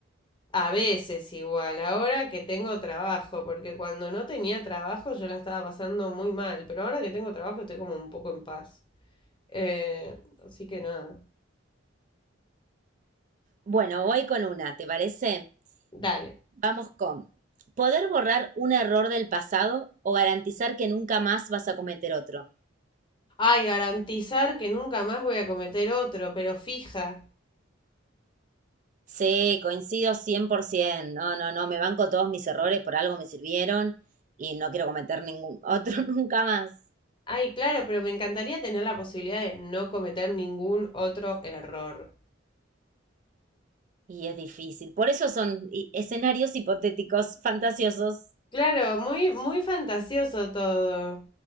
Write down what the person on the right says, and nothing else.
Bueno, voy con una, ¿te parece?
Vamos con poder borrar un error del pasado o garantizar que nunca más vas a cometer otro.
Sí, coincido 100%. No, no, no, me banco todos mis errores, por algo me sirvieron y no quiero cometer ningún otro <laughs> nunca más.
Y es difícil. Por eso son i- escenarios hipotéticos, <laughs> fantasiosos.